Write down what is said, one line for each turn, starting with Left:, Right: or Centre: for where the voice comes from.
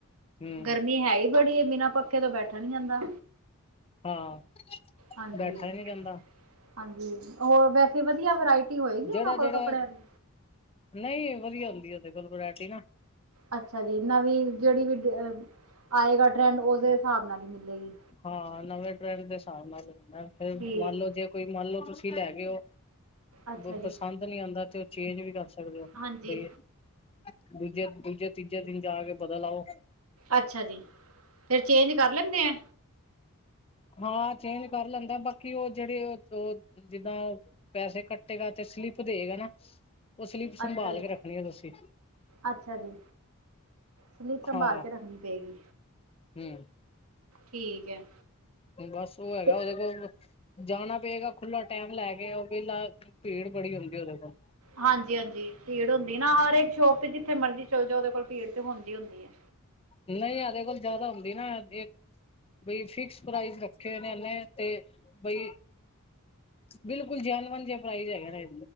Left: ਹਮ
Right: ਗਰਮੀ ਹੈ ਹੀ ਬੜੀ ਬਿਨਾਂ ਪੱਖੇ ਤੋਂ ਬੈਠਾ ਨੀ ਜਾਂਦਾ।
Left: ਹਾਂ
Right: ਹਾਂਜੀ
Left: ਬੈਠਾ ਹੀ ਨਹੀਂ ਜਾਂਦਾ।
Right: ਹਾਂਜੀ। ਹੋਰ ਵੈਸੇ ਵਧੀਆ ਵਰਾਇਟੀ ਹੋਏਗੀ
Left: ਜਿਹੜਾ
Right: ਉਹਨਾਂ ਕੋਲ
Left: ਜਿਹੜਾ
Right: ਕੱਪੜਿਆਂ ਦੀ?
Left: ਨਹੀਂ ਵਧੀਆ ਹੁੰਦੀ। ਓਦੇ ਕੋਲ ਵਰਾਇਟੀ ਨਾ।
Right: ਅੱਛਾ ਜੀ। ਨਵੀਂ ਜਿਹੜੀ ਵੀ ਆਏਗਾ ਟ੍ਰੈਂਡ ਦੇ ਹਿਸਾਬ ਨਾਲ ਹੀ ਮਿਲੇਗੀ।
Left: ਹਾਂ। ਨਵੇਂ ਟਰੈਂਡ ਦੇ ਹਿਸਾਬ ਨਾਲ ਲੈਣਾ ਫਿਰ
Right: ਠੀਕ
Left: ਮੰਨ ਲਓ। ਜੇ ਕੋਈ ਮੰਨ ਲਓ ਤੁਸੀਂ ਲੈ ਗਓ,
Right: ਅੱਛਾ
Left: ਔ
Right: ਜੀ
Left: ਪਸੰਦ ਨਹੀਂ ਆਉਂਦਾ ਤੇ ਉਹ ਚੇਂਜ ਵੀ ਕਰ ਸਕਦੇ ਹੋ। ਸਕਦੇ
Right: ਹਾਂਜੀ
Left: ਹੋ, ਬਈ ਦੂੱਜੇ ਦੂਜ਼ੇ ਤੀਜੇ ਦਿਨ ਜਾ ਕੇ ਬਦਲ ਆਓ।
Right: ਅੱਛਾ ਜੀ,। ਫੇਰ ਚੇਂਜ ਕਰ ਲੈਂਦੇ ਐ?
Left: ਹਾਂ, ਚੇਂਜ ਕਰ ਲੈਂਦਾ, ਬਾਕੀ ਉਹ ਜਿਹੜੇ ਉਹ ਜਿੱਦਾਂ ਪੈਸੇ ਕੱਟੇਗਾ, ਤੇ ਸਲਿੱਪ ਦੇਗਾ ਨਾ ਉਹ ਸਲਿੱਪ
Right: ਅੱਛਾ
Left: ਸੰਭਾਲ
Right: ਜੀ
Left: ਕੇ ਰੱਖਣੀ ਐ। ਤੁਸੀਂ
Right: ਅੱਛਾ ਜੀ। ਸਲਿਪ ਸੰਭਾਲ
Left: ਹਾਂ
Right: ਕੇ ਰੱਖਣੀ ਪਏਗੀ
Left: ਹਮ
Right: ਠੀਕ ਹੈ।
Left: ਬਸ ਉਹ ਹੈਗਾ
Right: ਤੇ
Left: ਉਹਦੇ ਕੋਲ ਜਾਣਾ ਪਏਗਾ ਖੁੱਲ੍ਹਾ ਟੈਮ ਲੈ ਕੇ ਉਹ ਵੇਲਾ ਭੀੜ ਬੜੀ ਹੁੰਦੀ ਹੈ, ਉਹਦੇ ਕੋਲ
Right: ਹਾਂਜੀ-ਹਾਂਜੀ, ਭੀੜ ਹੁੰਦੀ ਐ ਹਰ ਇਕ ਸ਼ੋਪ ਤੇ ਜਿੱਥੇ ਮਰਜੀ ਚੱਲੇ ਜਾਓ ਉਹਦੇ ਕੋਲ ਭੀੜ ਤੇ ਹੁੰਦੀ ਹੁੰਦੀ ਐ।
Left: ਨਹੀਂ ਇਹਦੇ ਕੋਲ ਜਾਦਾ ਹੁੰਦੀ ਨਾ ਫੇਰ ਬਈ ਫਿਕਸ ਪ੍ਰਾਇਜ ਰੱਖੇ, ਨੇ ਇਹਨੇ ਤੇ ਬਈ ਬਿਲਕੁਲ ਜੈਨਵਨ ਜੇ ਪ੍ਰਾਇਜ ਹੈਗਾ ਹੈ।